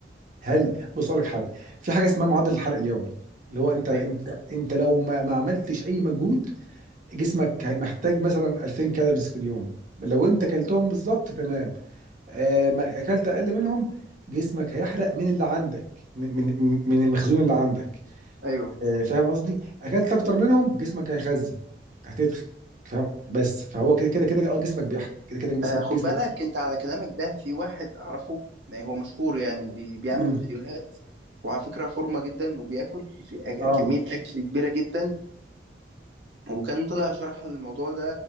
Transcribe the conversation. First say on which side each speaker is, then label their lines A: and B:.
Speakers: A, on the right (about 45°); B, on the right (about 80°).
A: هل بص اقول لك حاجه في حاجه اسمها معدل الحرق اليومي اللي هو انت انت
B: ايوه
A: انت لو ما, ما عملتش اي مجهود جسمك محتاج مثلا 2000 كالوريز في اليوم لو انت كلتهم بالظبط تمام آه، ما اكلت اقل منهم جسمك هيحرق من اللي عندك من من من المخزون اللي عندك
B: ايوه
A: آه، فاهم قصدي اكلت اكتر منهم جسمك هيخزن هتدخل فاهم بس فهو كده كده كده اه جسمك بيحرق كده كده مثلا
B: آه، خد
A: جسمك
B: بالك انت على كلامك ده في واحد اعرفه آه، هو مشهور يعني بي- بيعمل
A: امم
B: فيديوهات وعلى فكرة فورمة جدا وبياكل أك-
A: اه
B: كمية اكل كبيرة جدا وكان طلع شرح الموضوع ده